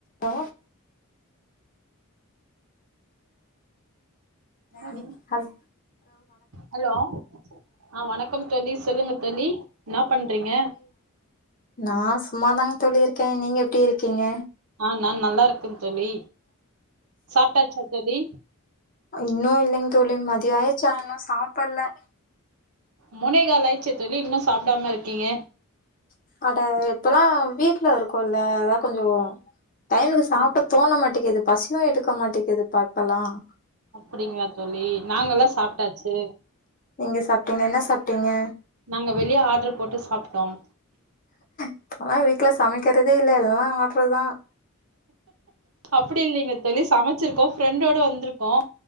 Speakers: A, on the left (about 40°); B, on the right (about 85°).
A: ஆ
B: என்னடி
A: ம் hi
B: hello ஆ வணக்கம் தோழி சொல்லுங்க தோழி என்னா பண்றீங்க
A: நான் சும்மாதாங்க தோழி இருக்கேன் நீங்க எப்டி இருக்கீங்க
B: ஆ நான் நல்லா இருக்கேன் தோழி சாப்ட்டாச்சா தோழி
A: இன்னும் இல்லைங்க தோழி மதிய ஆய்ருச்சு ஆன இன்னும் சாப்பல்ல
B: முனைகால் ஆய்ச்சே தோழி இன்னும் சாப்டாம இருக்கீங்க
A: அட இப்பெல்லாம் வீட்ல இருக்கோல்ல அதா கொஞ்சோ டைமுக்கு சாப்பிட
B: ஆ
A: தோண மாட்டேங்குது பசியும் எடுக்க மாட்டேங்குது பா இப்பலாம்
B: அப்டிங்களா தோழி நாங்கல்லாம் சாப்ட்டாச்சு
A: நீங்க சாப்ட்டீங்க என்ன சாப்ட்டீங்க
B: நாங்க வெளியே ஆர்டர் போட்டு சாப்ட்டோம்
A: இப்பல்லாம் வீட்ல சமைக்கிறதே இல்ல எல்லாம் ஆடர் தான்
B: அப்டி இல்லைங்க தோழி சமைச்சிருக்கோம் ஃப்ரெண்டோட வந்திருக்கோம்